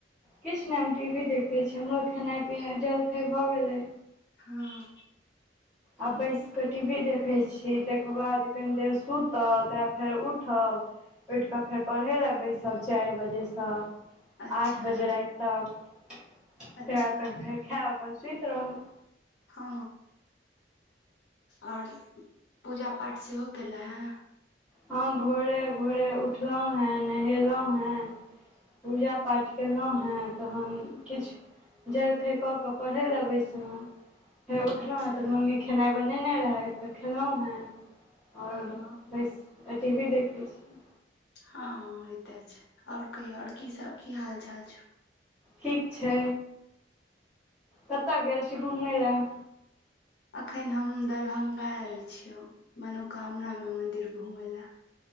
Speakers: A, in the centre; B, on the left (about 70°).
A: किछु नहि हम टी वी देखै छियै हमरो खेनाइ पिनाइ जलखय भऽ गेलै
B: हँ
A: आ बैस कऽ टी वी देखैत छी तकर बाद कनि देर सुतब तकर बाद फेर उठब उठि कऽ फेर पढ़य लए बैसब चार बजेसँ
B: अच्छा
A: आठ बजे राति तक तकर
B: अच्छा
A: बाद अपन फेर खायब अपन सुति रहब
B: हँ आओर पूजा पाठ सेहो कयलै हन
A: हँ भोरे भोरे उठलहुँ हेँ नहेलहुँ हेँ पूजा पाठ कयलहुँ हेँ तहन किछ जलखैय कऽ कऽ पढ़य ले बैसलो फेर उठलहुँ
B: अच्छा
A: हेँ तऽ मम्मी खेनाइ बनेने रहै तऽ खेलहुँ हेँ ओर
B: हँ
A: बस टी वी देखय छी
B: हँ होइते छै ओर कहियौ ओर की सब की हाल चाल छौ
A: ठीक छै कतय गेल छी घूमय लए
B: अखन हम दरभंगा आयल छियौ मनोकामना मे मंदिर घुमै ल